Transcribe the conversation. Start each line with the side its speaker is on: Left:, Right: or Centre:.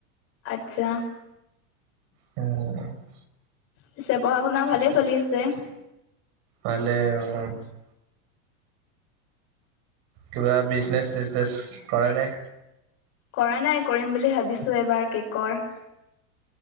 Left: আচ্ছা।
Right: অ'।
Left: পিছে পঢ়া-শুনা ভালে চলি আছে।
Right: ভালে আৰু উম্। কিবা বিজনেচ-চিজনেচ কৰা নে?
Left: কৰা নাই কৰিম বুলি ভাবিছোঁ এইবাৰ কেকৰ।